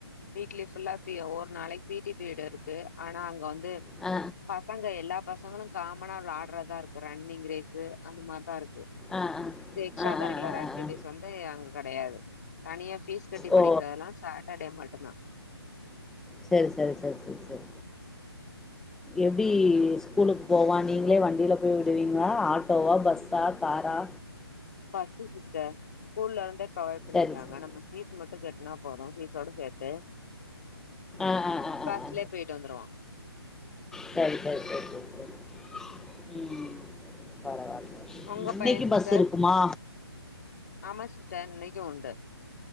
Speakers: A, on the left; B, in the centre.
A: வீக்லி ஃபுல்லா பீ ஒரு நாளைக்கு பீ டி பீரியட் இருக்கு ஆனா அங்க வந்து
B: ஆ
A: பசங்க எல்லா பசங்களு காமனா வெளாடுறதா இருக்கு ரன்னிங் ரேஸ்சு அந்த மார்தா இருக்கு
B: ஆ ஆ
A: இந்த எக்ஸ்ட்ரா
B: ஆ
A: கரிக்குலர்
B: ஆ ஆ
A: ஆக்டிவிட்டிஸ்
B: ஆ ஆ
A: வந்து அங்க கெடையாது தனியா ஃபீஸ் கட்டி
B: ஓ
A: படிக்கிறதெல்லா ச சாட்டடே மட்டுந்தா
B: சரி சரி சரி சரி சரி எப்டி ஸ்கூலுக்கு போவா நீங்களே வண்டியில போய் விடுவீங்களா ஆட் டோவா பஸ்சா காரா
A: பஸ்சு சிஸ்டர் ஸ்கூல்ல இருந்தே ப்ரொவைட்‌ பண்ணிருக்காங்க
B: சரி சரி
A: நம்ம பீஸ் மட்டு கட்னா போது பீஸோட சேத்து
B: ஆ ஆ ஆ ஆ
A: பஸ்லே
B: ஆ
A: போய்ட்டு வந்துருவா
B: சரி சரி சரி சரி சரி ம் பரவால்ல
A: உங்க
B: இன்னைக்கு
A: பைய சிஸ்டர்
B: பஸ் இருக்குமா
A: ஆமா சிஸ்டர் இன்னைக்கு உண்டு